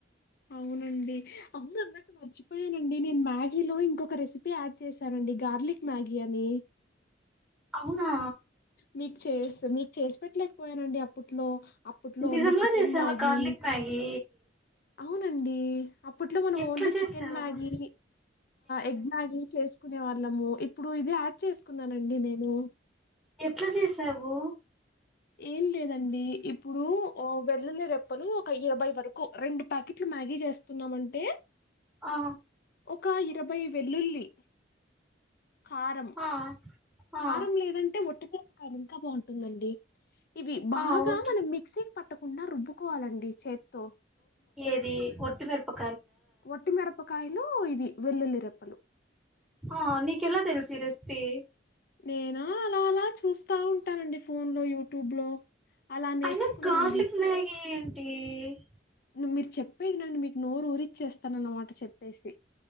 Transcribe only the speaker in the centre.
అవునా
నిజంగా
చేసావా
కార్లిక్ మ్యాగీ
ఎట్లా
చేసావు
ఎట్లా చేసావు
ఆ
ఆ ఆ
ఆ ఓట్
ఏది ఒ <unintelligible>
ఆ నీకెలా తెలిసి రెసిపీ
అయినా గార్లిక్ మ్యాగి ఏ